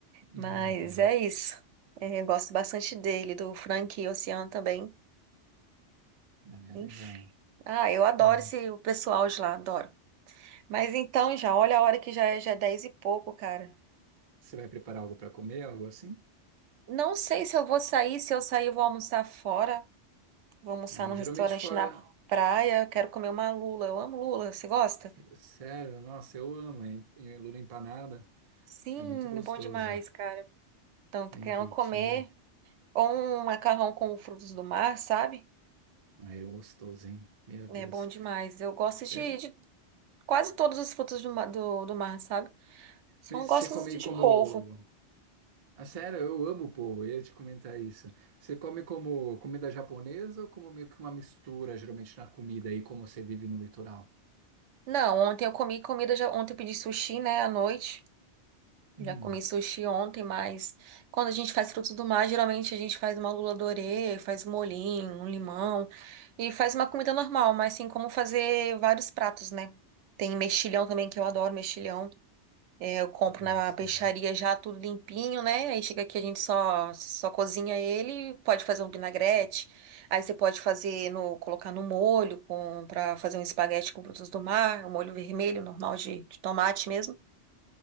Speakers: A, on the right; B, on the right.
A: Uhum.
B: Mas é isso. É, eu gosto bastante dele, do Frank Oceano também.
A: Ah, É
B: Enfim.
A: legal.
B: Ah, eu adoro
A: Hum.
B: esse o pessoal de lá, adoro. Mas então já, olha a hora que já é, já é dez e pouco, cara.
A: Você vai preparar algo para comer, algo assim?
B: Não sei se eu vou sair, se eu sair, eu vou almoçar fora. Vou almoçar
A: É,
B: no
A: geralmente
B: restaurante
A: fora.
B: na praia. Eu quero comer uma lula. Eu amo lula. Você gosta?
A: Sério, nossa, eu amo, hein? Em- Lula empanada.
B: Sim,
A: É muito gostoso.
B: bom demais, cara. Então, tô
A: Bem
B: querendo
A: feitinha.
B: comer ou um macarrão com frutos do mar, sabe?
A: Ah, é gostoso, hein? Meu Deus.
B: É bom demais. Eu gosto de,
A: Eu-
B: de quase todos os frutos do, ma- do, do mar, sabe? Só
A: Mas
B: não gosto
A: você come
B: muito de
A: como.
B: polvo.
A: Ah, sério, eu amo povo, eu ia te comentar isso. Você come como comida japonesa ou como meio que uma mistura, geralmente, na comida aí, como você vive no litoral?
B: Não, ontem eu comi comida, já, ontem eu pedi sushi, né, à noite.
A: Hum,
B: Já comi sushi ontem, mas quando a gente faz frutos do mar, geralmente a gente faz uma lula dorê, faz molhinho, um limão e faz uma comida normal, mas tem como fazer vários pratos, né? Tem mexilhão também, que eu adoro mexilhão. É, eu compro
A: que
B: na
A: gostoso.
B: peixaria já tudo limpinho, né? Aí chega aqui a gente só só cozinha ele, pode fazer um vinagrete. Aí você pode fazer no colocar no molho com para fazer um espaguete com frutos do mar, um molho vermelho normal de de tomate mesmo.